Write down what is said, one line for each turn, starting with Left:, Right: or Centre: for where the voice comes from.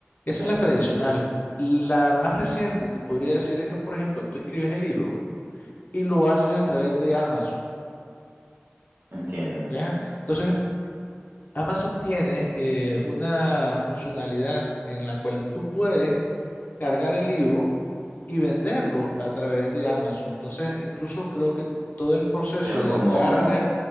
Left: Esa
Right: claro,
Left: es la tradicional. La más reciente, te podría decir, es que, por ejemplo, tú escribes el libro y lo haces a través de Amazon,
Right: entiendo.
Left: ¿ya? Entonces, Amazon tiene eh, una funcionalidad en la cual tú puedes cargar el libro y venderlo a través de Amazon. Entonces, incluso creo que todo el proceso
Right: Pero
Left: de
Right: como
Left: carga,